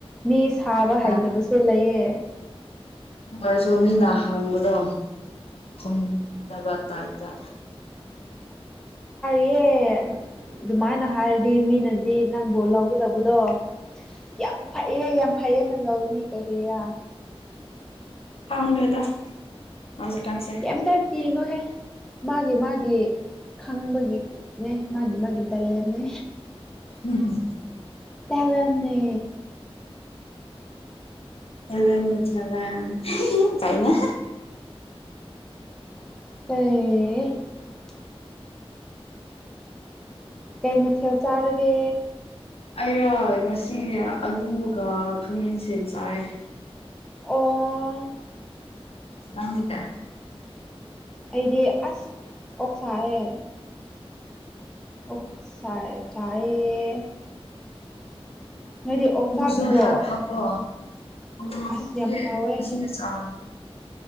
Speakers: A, in the centre; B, on the left.
A: ꯃꯤ ꯁꯥꯕ
B: ꯏꯀꯥꯏꯌꯦꯅ
A: ꯍꯩꯇꯕꯁꯨ ꯂꯩꯌꯦ
B: ꯑꯣꯏꯔꯁꯨ ꯃꯤꯅ ꯍꯥꯡꯕꯗꯣ ꯈꯨꯝꯗꯕ ꯇꯥꯏꯞꯇ
A: ꯑꯦ ꯑꯗꯨꯃꯥꯏꯅ ꯍꯥꯏꯔꯗꯤ ꯃꯤꯅꯗꯤ ꯅꯪꯕꯨ ꯂꯧꯒꯗꯕꯗꯣ ꯌꯥꯝ ꯐꯩꯌꯦ ꯌꯥꯝ ꯐꯩꯌꯦꯅ ꯂꯧꯅꯤ ꯀꯔꯤꯔ
B: ꯈꯪꯗꯦꯗ ꯍꯧꯖꯤꯛꯀꯥꯟꯁꯦ
A: ꯀꯌꯦꯝꯇ ꯀꯤꯅꯨꯍꯦ ꯃꯥꯒꯤ ꯃꯥꯒꯤ ꯈꯪꯕꯒꯤꯅꯦ ꯃꯥꯒꯤ ꯃꯥꯒꯤ ꯇꯂꯦꯟꯅꯦ
B: ꯎꯝꯝ
A: ꯇꯂꯦꯟꯅꯦ
B: ꯇꯂꯦꯟꯅꯦ ꯇꯂꯦꯟ ꯀꯥꯏꯅ
A: <unintelligible> ꯀꯩ ꯃꯊꯦꯜ ꯆꯥꯔꯒꯦ
B: ꯑꯩꯔ ꯉꯁꯤ ꯑꯂꯨꯒ ꯈꯥꯃꯦꯟ ꯁꯤꯟ ꯆꯥꯏꯌꯦ
A: ꯑꯣ
B: ꯅꯪꯒꯤꯗꯦ
A: ꯑꯩꯗꯤ ꯑꯁ ꯑꯣꯛ ꯆꯥꯏꯔꯦ ꯑꯣꯛꯁꯥ ꯆꯥꯏꯌꯦ ꯅꯣꯏꯗꯤ ꯑꯣꯛ ꯆꯥꯗꯕ꯭ꯔꯣ
B: ꯁꯨ ꯍꯥ ꯍꯥꯄ ꯎꯃꯨꯔꯣꯛ
A: ꯑꯁ
B: ꯈꯣꯏꯗꯤ
A: ꯌꯥꯝ ꯍꯥꯎꯋꯦ
B: ꯁꯤꯗ ꯆꯥꯔꯅꯨ